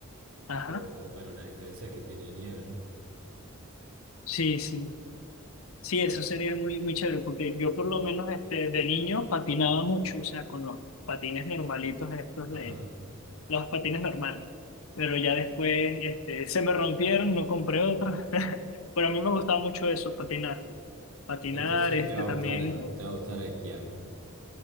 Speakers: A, on the left (about 80°); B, on the right (about 75°).
A: Ajá.
B: Pero bueno, la diferencia es que tiene nieve, ¿no?
A: Sí, sí. Sí, eso sería muy, muy chévere, porque yo por lo menos este, de niño patinaba mucho, o sea, con los patines normalitos estos de
B: Ajá.
A: los patines normales. Pero ya después este, se me rompieron, no compré otros. <laughs> Pero a mí me gustaba mucho eso, patinar. Patinar,
B: Entonces
A: este
B: te va a gustar,
A: también.
B: te va a gustar esquiar.